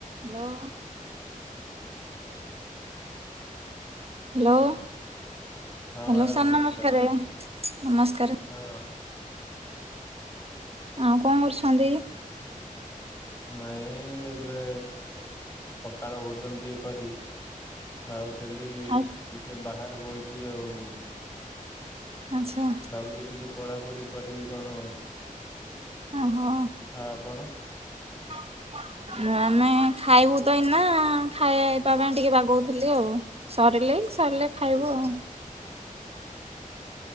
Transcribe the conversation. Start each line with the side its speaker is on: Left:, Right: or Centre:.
Right: hello. Hello Hello
Left: ହଁ madam
Right: sir
Left: ନମସ୍କାର
Right: ନମସ୍କାରେ ନମସ୍କାରେ।
Left: ହଁ।
Right: ଆଉଁ କଅଁ କରୁଛନ୍ତି?
Left: ନାଇଁ ଏବେ ମୁଁ ସକାଳ ଭୋଜନ ଟିକେ କରି ଆଉ ତାଲି
Right: ଖାଇ
Left: ଟିକେ ବାହାରେ ବଇଛି ଆଉ
Right: ଆଚ୍ଛା।
Left: ଭାବୁଚି ଟିକେ ପଢାପଢି କରିବି କଣ। ଆଉ
Right: ଓହୋ।
Left: ଆପଣ।
Right: <unintelligible> ଆମେ ଖାଇବୁ ତ ଏଇନା ଖାଇଇବା ପାଇଁ ଟିକେ ବାଗଉଥିଲି ଆଉ। ସରିଲେ ସରିଲେ ଖାଇବୁ ଆଉ।
Left: <unintelligible>